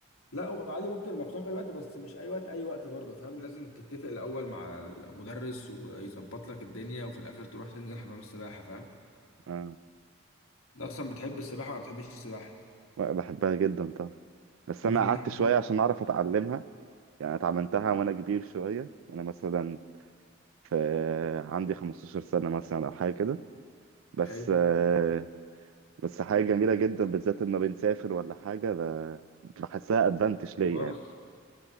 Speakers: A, on the left; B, on the right.
A: لا وعادي ممكن مفتوح في اي وقت بس مش اي وقت اي وقت برضه فاهم لازم تتفق الاول مع المدرس ويظبط لك الدنيا وفي الاخر تروح تنزل حمام السباحه فاهم
B: آه.
A: انت اصلا بتحب السباحه ولا بتحبش السباحه
B: بحبها جدا طبعا بس
A: بما
B: أنا
A: اننا
B: قعدت
A: كده
B: شوية عشان أعرف أتعلمها يعني اتعلمتها وأنا كبير شوية وأنا مثلا في عندي 15 سنة مثلا أو حاجة كده بس
A: حلو
B: آه، بس حاجة جميلة جدا بالذات لما بنسافر ولا حاجة ب- بحسها أدفانتج ليا
A: خلاص
B: يعني